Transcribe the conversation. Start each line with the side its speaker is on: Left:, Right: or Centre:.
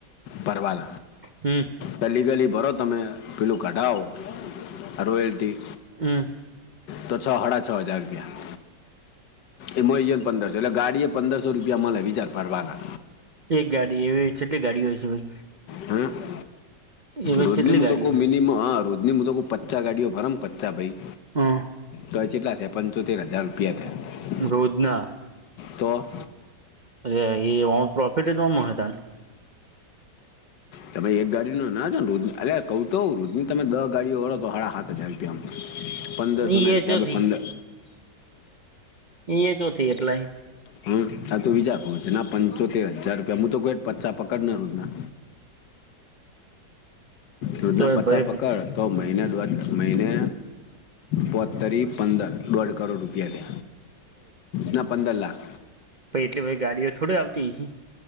Left: પરવાલ
Right: હમ્મ
Left: તલીગલી ભરો તમે પેલું કઢાવો રોયલ્ટી
Right: હમ્મ
Left: તો છ હાડા છ હજાર રૂપિયા એમાંઈ એ પંદરસો એટલે ગાડી એ પંદરસો રૂપિયા મલે <unintelligible> ભરવાના
Right: એક ગાડી એવી ચેટલી ગાડી હોય છે ભાઈ
Left: હમ્મ
Right: એવી
Left: રોજ
Right: કેટલી
Left: ની મુ
Right: ગાડીઓ
Left: તો કઉ મિનમમ હા રોજ ની મુ કઉ પચ્ચા ગાડીઓ ભરન પચ્ચા ભાઈ
Right: હ
Left: તો ચેટલા થયા પંચોતેર હજાર રૂપિયા થયા.
Right: રોજના
Left: તો
Right: અ એ પ્રોફિટ નો મળે <unintelligible>
Left: તમે એક ગાડીઓ <unintelligible> રોજનું અરે કઉ તો રોજની તમે દ ગાડીઓ ગળો તો હાડા હાત હજાર પંદરસોના
Right: એ
Left: હિસાબે
Right: ચોથી
Left: પંદર
Right: એ ચો થી એટલાય
Left: હમ્મ હા આ તો વિચાર રોજ ના પંચોતેર હજાર રૂપિયા હું તો કોઈ પચા પકડ ને રોજના રોજ
Right: તો
Left: ના
Right: એ
Left: પચા
Right: ભાઈ
Left: પકડ
Right: પછી
Left: તો મહિને દોઢ મહિને પોચ તરી પંદર દોઢ કરોડ રૂ પિયા દે ના પંદર લાખ
Right: પન એટલે બધી ગાડીઓ થોડી આવતી હિસે